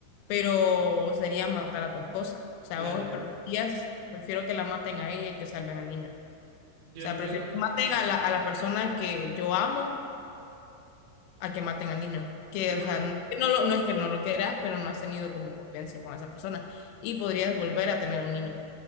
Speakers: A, on the left; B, on the right.
A: pero sería matar a tu esposa. O sea,
B: claro,
A: vos preferías, prefiero que la maten a ella y que salven al niño. O
B: yo,
A: sea,
B: yo,
A: prefiero
B: co-
A: que maten
B: yo-
A: a la, a la persona que yo amo a que maten al niño. Que,
B: pero
A: o
B: por-
A: sea, no, que no lo, no es que no lo quieras, pero no has tenido como convivencia con esa persona y podrías volver a tener un niño.